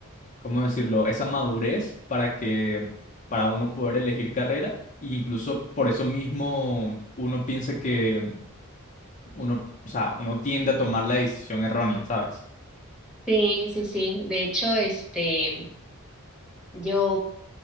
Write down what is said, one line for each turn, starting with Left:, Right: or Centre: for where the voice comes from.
Left: ¿cómo decirlo? Esa madurez para que, para uno poder elegir carrera, e incluso por eso mismo uno piensa que uno, o sea, uno tiende a tomar la decisión errónea, ¿sabes?
Centre: Sí, sí, sí. De hecho, este, yo